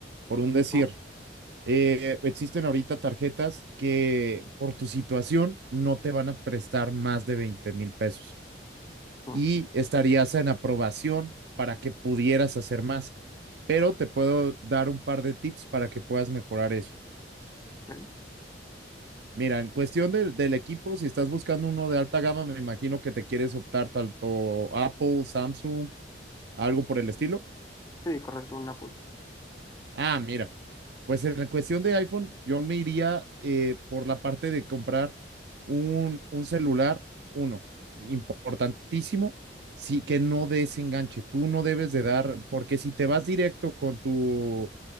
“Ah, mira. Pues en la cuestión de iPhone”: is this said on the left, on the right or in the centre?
Right